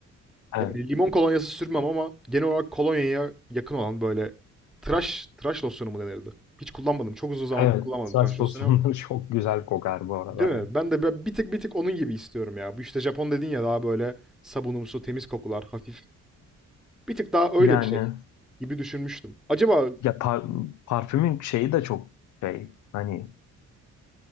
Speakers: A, on the left (about 70°); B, in the centre.
A: Evet,
B: Yani limon kolonyası sürmem ama genel olarak kolonyaya yakın olan böyle tıraş tıraş losyonu mu denirdi? Hiç kullanmadım. Çok uzun zamandır
A: evet.
B: kullanmadım
A: Saç
B: tıraş losyonu
A: losyonları
B: ama
A: <laughs> çok güzel kokar bu arada.
B: değil
A: ya.
B: mi? Ben de bir bir tık bir tık onun gibi istiyorum ya. Bu işte Japon dedin ya daha böyle sabunumsu, temiz kokular, hafif. Bir tık daha öyle
A: Yani
B: bir şey gibi düşünmüştüm. Acaba
A: ya par- parfümün şeyi de çok şey hani